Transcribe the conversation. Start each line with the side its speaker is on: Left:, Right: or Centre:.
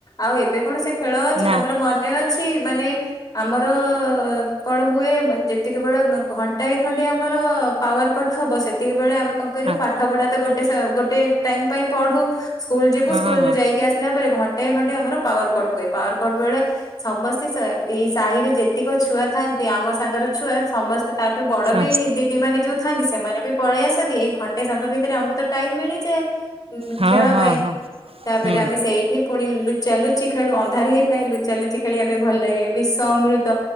Left: ଆଉ ଏବେ କ'ଣ ସେ ଖେଳ ଅଛି
Right: ନା
Left: ତମର ମନେ ଅଛି ଛି ମାନେ ଆମର କ'ଣ ହୁଏ ଯେତିକବେଳେ ଘଣ୍ଟାଏ ଖଣ୍ଡେ ଆମର ପାୱାର କଟ ହବ ସେ ସେତିକ ବେଳେ ଆମେ କ'ଣ କରିବୁ
Right: ହଁ
Left: ପାଠ ପଢା ତ ଗୋଟେ ଗୋଟେ ଟାଇମ ପାଇଁ ପଢୁ ସ୍କୁଲ ଯିବୁ
Right: ହଁ
Left: ସ୍କୁଲରୁୁ।
Right: ହଁ
Left: ଯାଇକି ଆସ ଥିଲା ପରେ ଘଣ୍ଟେ ଘଣ୍ଟେ ଆମର ପାୱାର କଟ ହୁଏ ପାୱାର କଟ ବେଳେ ସମସ୍ତେ ଏଇ ସାହିରେ ଯେ ପ୍ରତିକ ଛୁଆ ଥାଆନ୍ତି। ଆମ ସାଙ୍ଗର ଛୁଆ ସମସ୍ତେ ତାଠାରୁ ବଡ
Right: ସମସ୍ତେ
Left: ବି ଦିଦି ମାନେ ଯୋଉ ଥାଆନ୍ତି। ସେମାନେ ବି ପଳେଇ ଆସନ୍ତି। ଏଇ ଘଟେ ସମୟ ଭିତରେ ଆମକୁ ଟାଇମ ମିଳି ଯେ ଉ
Right: ହଁ
Left: ଖେଳ
Right: ହଁ
Left: ପାଇଁ
Right: ହଁ ହଁ
Left: ତାପରେ
Right: ହୁଁ
Left: ଆମେ ସେଇଠି ପୁଣିୁଚାଲୁଚି ଖେଳୁ ଅନ୍ଧାର ହେଇ ଖାଇ ଲୁଚା ଲୁଚି ଖେଳିବା ପାଇଁ ଭଲ ଲାଗେ ବିଶ ଅମୃତ